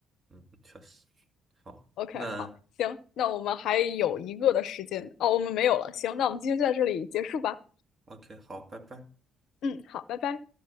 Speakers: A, on the right; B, on the left.
A: 嗯，确实。好，
B: OK，
A: 那
B: 好，行，那我们还有一个的时间，哦，我们没有了，行，那我们今天就在这里结束吧。
A: OK，好，拜拜。
B: 嗯，好，拜拜。